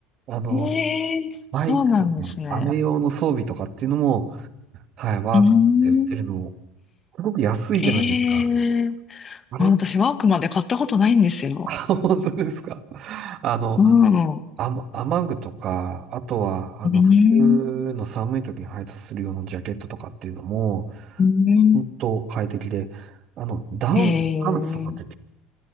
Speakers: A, on the right; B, on the left.
A: あの、
B: ええ、
A: バイクとか、
B: そうなんですね。
A: 雨用の装備とかっていうのも、はい、ワークマンで売ってるの、
B: うーん。
A: すごく安いじゃないですか。
B: ええ、
A: あれ
B: あ、私ワークマンで買ったことないんですよ。
A: <laughs> 本当ですか。あの、
B: うん。う
A: あま、雨具とか、あとは、あの、
B: ーん。
A: 冬の寒い時に配達するようなジャケットとかっていうのも、
B: うん。
A: 本当快適で、あの、ダウンのパンツとかって
B: へえ、